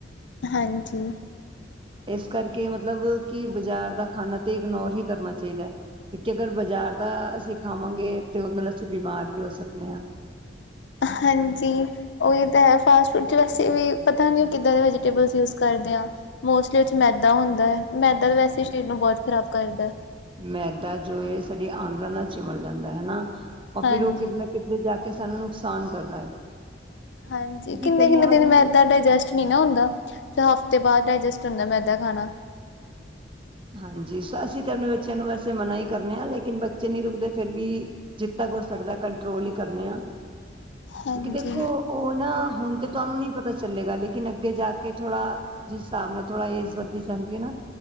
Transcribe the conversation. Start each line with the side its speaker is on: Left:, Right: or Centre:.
Left: ਹਾਂਜੀ।
Right: ਇਸ ਕਰਕੇ ਮਤਲਬ ਕਿ ਬਜ਼ਾਰ ਦਾ ਖਾਨਾ ਤੇ ਇਗਨੋਰ ਹੀ ਕਰਨਾ ਚਾਹੀਦਾ। ਕਿਉਂਕਿ ਅਗਰ ਬਜ਼ਾਰ ਦਾ ਅਸੀਂ ਖਾਵਾਂਗੇ ਤੇ ਉਹਦੇ ਨਾਲ ਅਸੀਂ ਬਿਮਾਰ ਵੀ ਹੋ ਸਕਨੇ ਆ।
Left: ਹਾਂਜੀ ਉਹੀ ਤਾਂ ਹੈ ਫਾਸਟ ਫੂਡ 'ਚ ਵੈਸੇ ਵੀ ਪਤਾ ਨਹੀਂ ਉਹ ਕਿੱਦਾਂ ਦੇ ਵੈਜ ਵੈਜ ਯੂਜ ਕਰਦੇ ਆ। <unintelligible> ਮੋਸਟਲੀ ੳਹਦੇ ਚ ਮੈਦਾ ਹੁੰਦਾ ਮੈਦਾ ਤਾਂ ਵੈਸੇ ਸਰੀਰ ਨੂੰ ਬਹੁਤ ਖ਼ਰਾਬ ਕਰਦਾ।
Right: ਮੈਦਾ ਜੋ ਏ ਸਾਡੀ ਆਂਦਰਾ ਨਾਲ ਚਿਮੜ ਜਾਂਦਾ ਹਨਾ, ਉਹ
Left: ਹਾਂਜੀ,
Right: ਫਿਰ ਉਹ ਕਿਧਰੇ ਨਾ ਕਿਧਰੇ ਜਾ ਕੇ ਕੇ ਸਾਨੂੰ ਨੁਕਸਾਨ ਕਰਦਾ।
Left: ਹਾਂਜੀ,
Right: ਕਿਉਂਕਿ
Left: ਕਿੰਨੇ
Right: ਕਈਆਂ
Left: ਕਿੰਨੇ
Right: ਵਾਰੀ
Left: ਦਿਨ ਮੈਂਦਾ ਡਾਇਜੇਸਟ ਨਹੀਂ ਨਾ ਹੁੰਦਾ ਹਫ਼ਤੇ ਬਾਅਦ ਡਾਇਜੈਸਟ ਹੁੰਦਾ ਮੈਦਾ ਖਾਣਾ।
Right: ਹਾਂਜੀ ਅਸੀਂ ਤੇ ਅਪਨੇ ਬੱਚੇਆਂ ਨੂੰ ਵੈਸੇ ਮਨਾ ਹੀ ਕਰਨੇ ਆ ਲੇਕਿਨ ਬੱਚੇ ਨੀ ਰੁਕਦੇ ਫੇਰ ਵੀ ਜਿੱਤ ਤੱਕ ਹੋ ਸਕਦਾ ਕੰਟਰੋਲ ਈ ਕਰਨੇ ਆ ਕਿਉਂਕਿ
Left: ਹਾਂਜੀ।
Right: ਦੇਖੋ ਉਹ ਨਾ ਹੁਨ ਤੇ ਤੁਹਾਨੂੰ ਨੀ ਪਤਾ ਚੱਲੇਗਾ ਲੇਕਿਨ ਅੱਗੇ ਜਾ ਕੇ ਥੋੜਾ ਜਿਸ ਸਾਬ ਨਾਲ ਥੋੜਾ ਏਜ਼ ਵੱਧਦੀ ਜਾਂਦੀ ਏ ਨਾ।